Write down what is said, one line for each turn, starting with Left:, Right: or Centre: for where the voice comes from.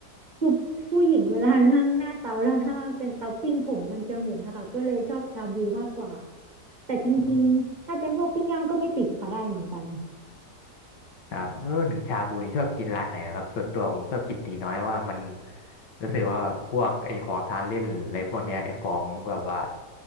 Right: คือผู้หญิงเวลานั่งหน้าเตาแล้วถ้ามันเป็นเตาปิ้งผมมันจะเหม็นนะคะก็เลยชอบชาบูมากกว่าแต่จริงๆถ้าเป็นพวกปิ้งย่างก็ไม่ติดค่ะได้เหมือนกัน
Left: บ ครับเมื่อหนึงชาบูนี่ชอบกินร้านไหนเหรอครับส่วนตัวผมชอบกินตีน้อยเพราะว่ามันรู้สึกว่าพวกไอ้ของทานเล่นอะไรพวกเนี้ยไอ้ของแบบว่า